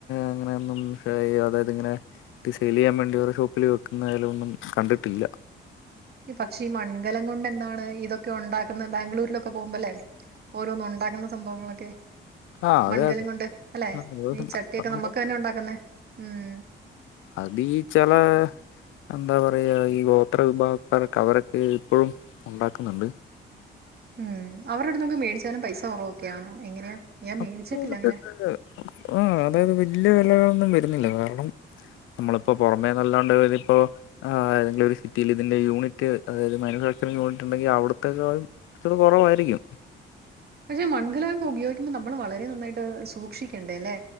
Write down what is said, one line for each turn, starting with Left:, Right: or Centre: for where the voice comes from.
Left: അങ്ങനെയൊന്നും അതായത് ഇങ്ങനെ സൈലിയ്യാൻ വേണ്ടി ഓരോ ഷോപ്പിൽ വെക്കുന്നായാലും ഒന്നും കണ്ടിട്ടില്ല
Right: പക്ഷേ ഈ മൺകലം കൊണ്ട് എന്താണ് ഈതൊക്കെ ഉണ്ടാക്കുന്ന ബാംഗ്ലൂരിലൊക്കെ പോവുമ്പല്ലേ ഓരോന്നും ഉണ്ടാക്ക്ന്ന സംഭവങ്ങളൊക്കെ
Left: ആ അതെ
Right: മൺകലം
Left: അതെ
Right: കൊണ്ട് അല്ലെ
Left: ആ, അത്
Right: ഈ ചട്ടിയൊക്കെ
Left: അതാകുമ്പോ,
Right: നമ്മക്കന്നെ ഉണ്ടാക്കുന്നേ ഉം
Left: അതി ചെലേ എന്താ പറയാ ഈ ഗോത്ര വിഭാഗക്കാരൊക്കെ അവരൊക്കെ ഇപ്പഴും ഉണ്ടാക്ക്ന്ന്ണ്ട്
Right: ഉം അവരെട്ത്ത്ന്ന് മേടിച്ചാലും പൈസ കൊറവൊക്കെയാണോ എങ്ങനെയാ ഞാൻ
Left: <unintelligible>
Right: മേടിച്ചിട്ടില്ല അങ്ങനെ
Left: അതായത് വല്ല്യ വെലകളൊന്നും വരുന്നില്ല കാരണം നമ്മള്പ്പോ പൊറമേ നല്ലാണ്ട് തിപ്പോ ആഹ് ഏതെങ്കിലും ഒരു സിറ്റിൽ ഇതിന്റെ യൂണിറ്റ് അതായത് മാനുഫാക്ചറിംങ് യൂണിറ്റ് ഇണ്ടെങ്കി അവ്ട്ത്തെക്കാളും അപ്പത് കൊറവായിരിക്കും
Right: പക്ഷെ മൺകലൊക്കെ ഉപയോഗിക്കുമ്പോ നമ്മൾ വളരെ നന്നായിട്ട് സൂക്ഷിക്കേണ്ടേ ലെ